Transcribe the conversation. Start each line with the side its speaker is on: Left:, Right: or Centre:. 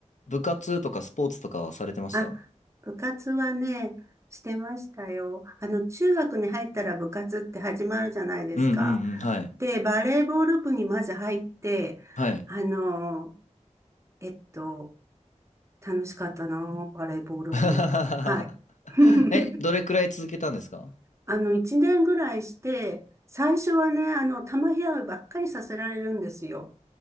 Left: 部活とかスポーツとかはされてました
Right: あ、部活はね、してましたよ。あの、中学に入ったら部活って始まるじゃないですか。
Left: うんうんうん、はい。
Right: で、バレーボール部にまず入って、
Left: はい。
Right: あの、えっと、楽しかったな、バレーボール部。
Left: <laughs>
Right: はい。<laughs>
Left: え、どれくらい続けたんですか
Right: あの、一年ぐらいして、最初はね、あの、球拾いばっかりさせられるんですよ。